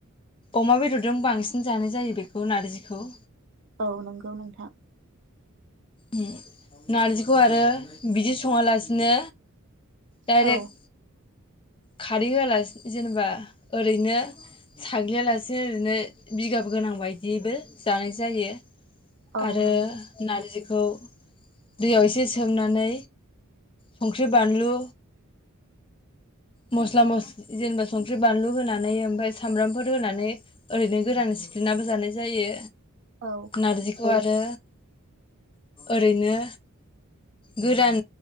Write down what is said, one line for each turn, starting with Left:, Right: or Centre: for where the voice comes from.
Left: अमा बेदरजों बांसिन जानाय जायो बेखौ नारजिखौ।
Right: औ नंगौ नोंथां।
Left: उम नारजिखौ आरो बिदि सङालासिनो डाइरेक्ट
Right: औ
Left: खारै होआलास जेनेबा ओरैनो साग्लियालासे ओरैनो बिगाब गोनांबाय दिबो जानाय जायो
Right: औ
Left: आरो
Right: नंगौ
Left: नारजिखो औ दैयाव एसे सोमनानै संख्रि बानलु मस्ला मस्लि जेनेबा संख्रि बानलु होनानै ओमफाय सामब्रामफोर होनानै ओरैनो गोरान सिफ्लेनानैबो जानाय जायो।
Right: औ
Left: नारजिखो खौ आरो ओरैनो गोरान